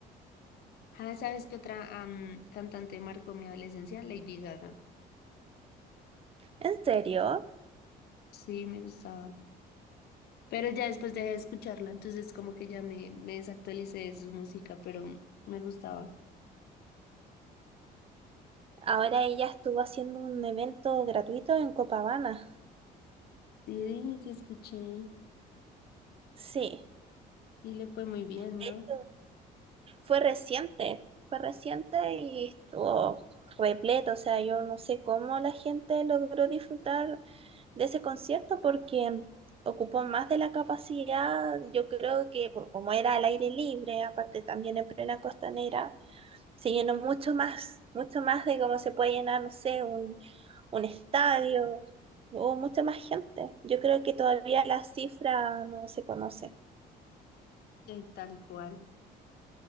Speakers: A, on the left; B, on the right.
A: ah, ¿sabes qué otra am, cantante marcó mi adolescencia? Lady Gaga.
B: ¿En serio?
A: Sí, me gustaba. Pero ya después dejé de escucharla, entonces como que ya me, me desactualicé de su música, pero mm, me gustaba.
B: Ahora ella estuvo haciendo un evento gratuito en Copacabana.
A: Sí, sí, sí, escuché y
B: Sí,
A: le fue muy bien,
B: de
A: ¿no?
B: hecho, fue reciente, fue reciente y estuvo repleto. O sea, yo no sé cómo la gente logró disfrutar de ese concierto porque ocupó más de la capacidad. Yo creo que por como era al aire libre, aparte también en plena costanera, se llenó mucho más, mucho más de cómo se puede llenar, no sé, un un estadio, hubo mucha más gente. Yo creo que todavía la cifra no se conoce.
A: Eh, tal cual.